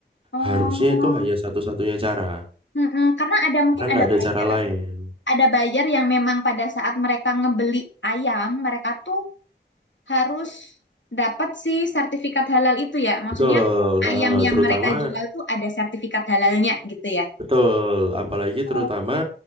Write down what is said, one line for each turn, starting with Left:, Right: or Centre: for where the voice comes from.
Left: oh,
Right: harusnya itu hanya satu-satunya cara.
Left: mm-mm. Karena ada mungkin
Right: Karena nggak
Left: ada
Right: ada
Left: buyer,
Right: cara lain.
Left: ada buyer yang memang pada saat mereka ngebeli ayam, mereka tuh harus dapat si sertifikat halal itu ya. Maksudnya
Right: Betul, heeh,
Left: ayam yang
Right: terutama
Left: mereka jual tuh ada sertifikat halalnya gitu ya.
Right: betul, apalagi
Left: Oke.
Right: terutama